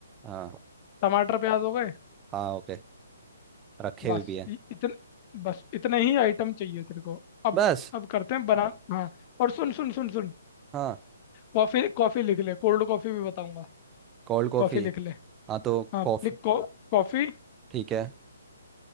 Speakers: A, on the right; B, on the left.
A: हाँ
B: टमाटर प्याज हो गए
A: हाँ ओके रखे
B: बस
A: हुए भी है
B: इ- इतने बस इतने ही आइटम चाहिए तेरे को अब
A: बस
B: अब करते हैं बना हाँ और सुन सुन सुन सुन
A: हाँ
B: कॉफी कॉफी लिख ले कोल्ड कॉफी भी बताऊंगा
A: कोल्ड कॉफ़ी
B: कॉफी लिख ले
A: हाँ तो
B: हाँ
A: कॉफ़ी
B: लिख कॉ- कॉफी
A: ठीक है